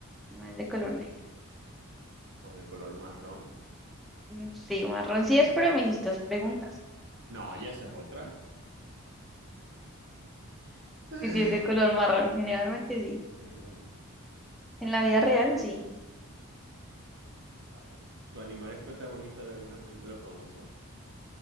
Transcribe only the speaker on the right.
o de color marrón?
No, ya esa es otra. <laughs>
Generalmente,
vale. ¿Tu animal es protagonista de alguna película famosa?